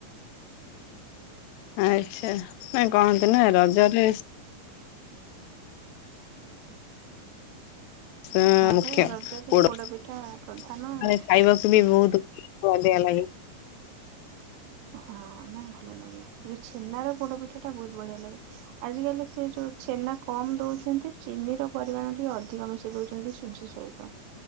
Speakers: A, on the left (about 85°); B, on the right (about 80°).
A: ଆଚ୍ଛା ନାଇ କହନ୍ତି ନା ରଜରେ ହଁ ମୁଖ୍ୟ
B: ପରା ରଜକୁ
A: ପୋଡ ଖାଇବାକୁ
B: ପିଠା ପ୍ରଧାନ ଆଉ।
A: ବି ବହୁତ ବଢିଆ ଲାଗେ।
B: ହଁ ନାଇଁ ଭଲ ଲାଗେ ଯୋଉ ଛେନାର ପୋଡ ପିଠା ଟା ବହୁତ ବଢିଆ ଲାଗେ ଆଜିକାଲି ସେ ଯୋଉ ଛେନା କମ୍ ଦଉଛନ୍ତି ଚିନି ର ପରିମାଣ ଟିକେ ଅଧିକ ମିଶେଇ ଦଉଛନ୍ତି ସୁଜି ସହିତ